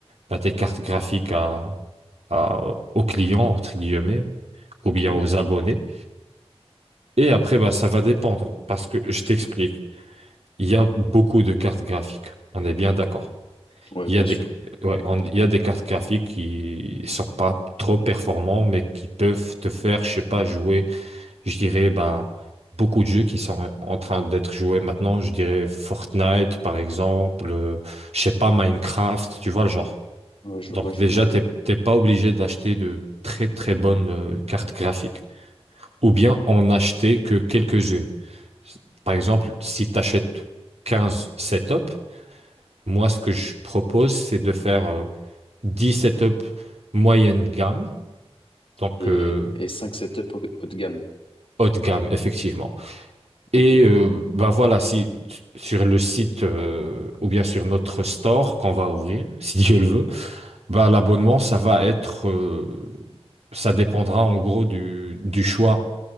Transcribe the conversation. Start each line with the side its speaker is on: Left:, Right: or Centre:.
Right: bah, tes cartes graphiques à, à- aux clients, entre guillemets, ou
Left: Ok.
Right: bien aux abonnés. Et après, bah, ça va dépendre, parce que je t'explique, il y a beaucoup de cartes graphiques, on est bien d'accord.
Left: Ouais,
Right: Il
Left: bien
Right: y a des,
Left: sûr.
Right: ouais, on- il y a des cartes graphiques qui sont pas trop performantes, mais qui peuvent te faire, je sais pas, jouer. Je dirais ben, beaucoup de jeux qui sont en train d'être joués maintenant. Je dirais Fortnite, par exemple, euh, je sais pas, Minecraft, tu vois le genre.
Left: Ouais, je
Right: Donc
Left: vois, je
Right: déjà,
Left: vois.
Right: t'es t'es pas obligé d'acheter de très très bonnes euh, cartes graphiques. Ou bien en acheter que quelques-unes. Par exemple, si tu achètes 15 setups, moi, ce que je propose, c'est de faire euh, 10 setups moyenne gamme, donc
Left: Et,
Right: euh,
Left: et 5 setups haut haut de gamme.
Right: haute gamme, effectivement. Et
Left: Ok.
Right: euh, bah voilà, si sur le site euh, ou bien sur notre store qu'on va ouvrir, <laughs> si Dieu le veut, bah l'abonnement,
Left: Euh,
Right: ça va être, euh, ça dépendra en gros du, du choix